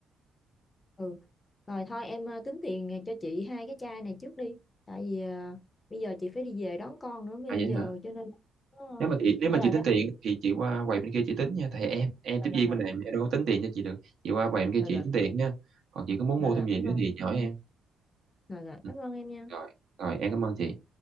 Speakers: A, on the left (about 30°); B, on the right (about 65°).
A: ừ rồi thôi em ờ, tính tiền cho chị hai cái chai này trước đi tại vì ờ, bây giờ chị phải đi về đón con nữa bây
B: À vậy
A: giờ
B: hả?
A: cho nên ờ,
B: nếu mà chị nếu mà
A: ở lại
B: chị tính
A: đó
B: tiền thì chị qua quầy bên kia chị tính nha thầy em em
A: rồi
B: tiếp
A: rồi
B: viên bên này em đâu có tính tiền cho chị được chị qua quầy bên kia
A: rồi
B: chị
A: rồi rồi
B: tính tiền nha còn chị có muốn
A: rồi
B: mua
A: rồi
B: thêm gì
A: cảm
B: nữa
A: ơn
B: thì chị hỏi em
A: rồi rồi
B: Ừ,
A: cảm ơn em nha
B: rồi rồi em cảm ơn chị